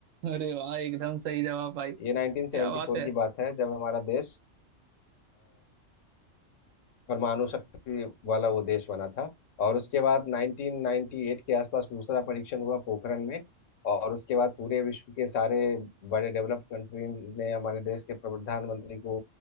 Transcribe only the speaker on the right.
अरे वाह एकदम सही जवाब भाई
क्या बात है